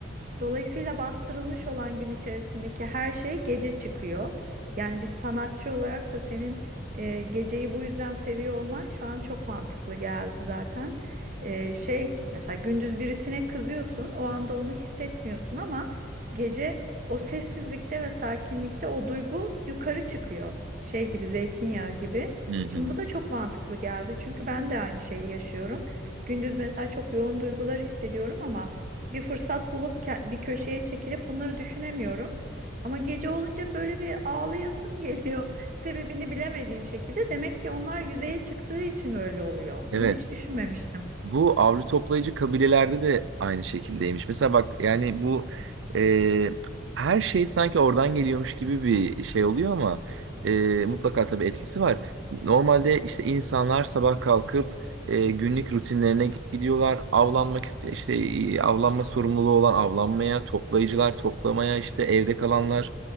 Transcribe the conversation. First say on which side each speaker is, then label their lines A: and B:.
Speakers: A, on the right; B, on the right.
A: Dolayısıyla bastırılmış olan gün içerisindeki her şey gece çıkıyor. Yani bir sanatçı olarak da senin e, geceyi bu yüzden seviyor olman şu an çok mantıklı geldi zaten. E, şey mesela gündüz birisine kızıyorsun, o anda onu hissetmiyorsun ama gece o sessizlikte ve sakinlikte o duygu yukarı çıkıyor. Şey gibi zeytinyağı gibi.
B: Hı hı.
A: Şimdi bu da çok mantıklı geldi çünkü ben de aynı şeyi yaşıyorum. Gündüz mesela çok yoğun duygular hissediyorum ama bir fırsat bulup ke- bir köşeye çekilip bunları düşünemiyorum. Ama gece olunca böyle bir ağlayasım geliyor. <laughs> Sebebini bilemediğim şekilde. Demek ki onlar yüzeye çıktığı için öyle oluyor.
B: Evet.
A: Bunu hiç düşünmemiştim.
B: Bu avcı toplayıcı kabilelerde de aynı şekildeymiş. Mesela bak yani bu e, her şey sanki oradan geliyormuş gibi bir şey oluyor ama e, mutlaka tabii etkisi var. Normalde işte insanlar sabah kalkıp e, günlük rutinlerine gidiyorlar. Avlanmak iste işte e, avlanma sorumluluğu olan avlanmaya, toplayıcılar toplamaya, işte evde kalanlar